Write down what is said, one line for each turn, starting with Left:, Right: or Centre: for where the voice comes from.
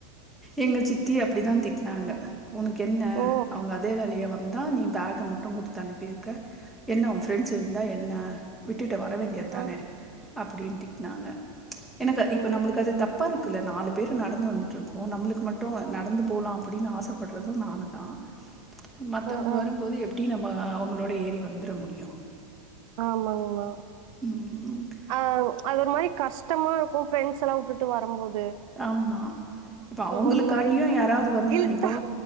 Centre: எங்க சித்தி அப்டிதான் திட்னாங்க உனக்கு என்ன
Right: ஓ!
Centre: அவுங்க அதே வேலையா வந்தா நீ பேக்க மட் டு குடுத்து அனுப்பிருக்க என்ன உன் ஃபிரெண்ட்ஸ் இருந்தா என்ன விட் விட்டுட்டு வர வேண்டியத்தானே
Right: ஆ
Centre: அப்டின் திட்னாங்க எனக்கு இப்ப
Right: ஓ!
Centre: நம்மளுக்கு அது தப்பா இருக் குல நாலு பேர் நடந்து வந்து ட்ருக்கோ நம்மளுக்கு மட்டும் நடந்து போலாம் அப்டின்னு ஆசைப்படுறதும் நானுதான் மத்தவங்க
Right: அ ஆ
Centre: வரும்போது எப்டி நம் இப்ப அவங்களோட ஏறி வந்துர முடியும்
Right: ஆமாங்மா
Centre: ம்.
Right: அஹ் அது ஒரு மாரி கஷ் கஷ்டமா இருக்கும் ஃப்ரண்ட்ஸல்லா வுட்டுட்டு வரம்போது
Centre: ஆமா இப்ப அவங்களுக்காண்டியும்
Right: ஒரு மாரி
Centre: யாராவது வந்துந்தா
Right: கில்ட்டா
Centre: இப்போ